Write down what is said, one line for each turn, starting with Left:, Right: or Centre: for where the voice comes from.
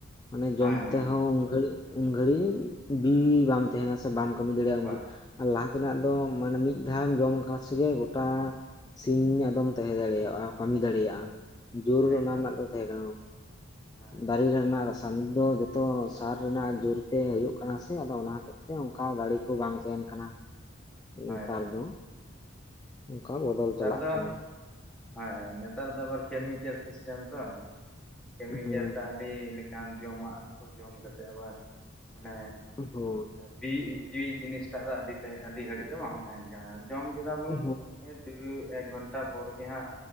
Left: ᱢᱟᱱᱮ ᱡᱚᱢ
Centre: ᱦᱮᱸ
Left: ᱠᱟᱛᱮ
Centre: ᱦᱮᱸ
Left: ᱦᱚᱸ ᱩᱝ ᱜᱷᱟᱹᱲᱤᱡ ᱩᱱ ᱜᱷᱟᱹᱲᱤᱡ ᱵᱤ ᱵᱟᱢ ᱛᱟᱦᱮᱱᱟ ᱥᱮ ᱵᱟᱢ ᱠᱟᱹᱢᱤ ᱫᱟᱲᱮᱭᱟᱜᱼᱟ ᱩᱱ
Centre: ᱵᱟᱝ
Left: ᱜᱷᱟᱹᱲᱤ ᱟᱨ ᱞᱟᱦᱟ ᱛᱮᱱᱟᱜ ᱫᱚ ᱢᱟᱱᱮ ᱢᱤᱫ ᱫᱷᱟᱣᱮᱢ ᱡᱚᱢ ᱞᱮᱠᱷᱟᱹᱱ ᱥᱮᱜᱮ ᱜᱚᱴᱟ ᱥᱤᱧ ᱟᱫᱚᱢ ᱛᱟᱦᱮᱸ ᱫᱟᱲᱮᱭᱟᱜᱼᱟ ᱠᱟᱹᱢᱤ ᱫᱟᱲᱮᱭᱟᱜᱼᱟᱢ ᱡᱳᱨ ᱦᱚ
Centre: ᱮᱠᱫᱚᱢ
Left: ᱚᱱᱟ ᱨᱮᱱᱟᱜ ᱫᱚ ᱛᱟᱦᱮᱸ ᱠᱟᱱᱟ
Centre: ᱦᱮᱸ ᱦᱮᱸ
Left: ᱫᱟᱨᱮ ᱨᱮᱱᱟᱜ ᱨᱟᱥ ᱟᱨ ᱱᱤᱛᱽ ᱫᱚ ᱡᱚᱛᱚ ᱥᱟᱨ ᱨᱮᱱᱟᱜ ᱡᱳᱨ ᱛᱮ ᱦᱳᱭᱳᱜ ᱠᱟᱱᱟ ᱥᱮ ᱟᱫᱚ ᱚᱱᱟ ᱦᱚᱛᱮᱡ ᱛᱮ ᱚᱱᱠᱟ ᱫᱟᱲᱮ ᱠᱚ ᱵᱟᱝ ᱛᱟᱦᱮᱱ ᱠᱟᱱᱟ
Centre: ᱦᱳᱭ
Left: ᱱᱮᱛᱟᱨ
Centre: ᱦᱳᱭ
Left: ᱫᱚ ᱚᱱᱠᱟ ᱵᱚᱫᱚᱞ
Centre: ᱱᱮᱛᱟᱨ
Left: ᱪᱟᱞᱟᱜ
Centre: ᱫᱚ
Left: ᱠᱟᱱᱟ
Centre: ᱦᱳᱭ ᱦᱳᱸ ᱱᱮᱛᱟᱨ ᱫᱚ ᱟᱵᱟᱨ ᱠᱮᱢᱤᱠᱮᱞ ᱥᱤᱥᱴᱮᱢ ᱛᱚ ᱠᱮᱢᱤᱠᱮᱞ
Left: ᱦᱮᱸ
Centre: ᱛᱮ ᱟᱹᱰᱤ ᱡᱚᱢᱟᱜ ᱠᱚ ᱡᱚᱢ ᱠᱟᱛᱮ ᱟᱵᱟᱨ ᱢᱟᱱᱮ
Left: ᱦᱳᱭ
Centre: ᱵᱤ ᱵᱤ ᱡᱤᱱᱤᱥᱴᱟᱜ ᱫᱚ ᱟᱹᱰᱤ ᱴᱟᱹᱭ ᱟᱹᱰᱤ ᱜᱷᱟᱹᱲᱤᱡ ᱫᱚ ᱵᱟᱢ ᱛᱟᱦᱮᱱ ᱠᱟᱱᱟ ᱡᱚᱢ ᱠᱮᱫᱟ ᱵᱚᱱ
Left: ᱦᱳᱭ
Centre: ᱮᱫ ᱮᱠ ᱜᱷᱚᱱᱴᱟ ᱯᱚᱨ ᱜᱮ ᱦᱟᱸᱜ